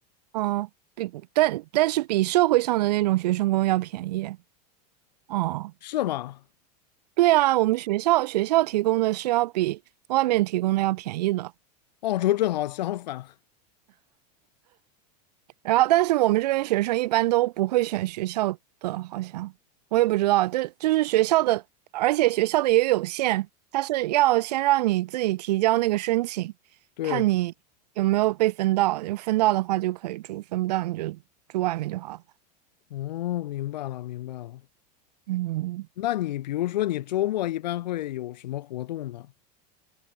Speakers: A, on the right; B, on the left.
A: 嗯，比但但是比社会上的那种学生公寓要便宜。哦，
B: 是吗？
A: 对啊，我们学校学校提供的是要比外面提供的要便宜的，
B: 澳洲正好相反。
A: 然后但是我们这边学生一般都不会选学校的，好像我也不知道，就就是学校的，而且学校的也有限，它是要先让你自己提交那个申请，
B: 对，
A: 看你有没有被分到，就分到的话就可以住，分不到你就住外面就好了。
B: 哦，明白了，明白了。
A: 嗯，
B: 那你比如说，你周末一般会有什么活动呢？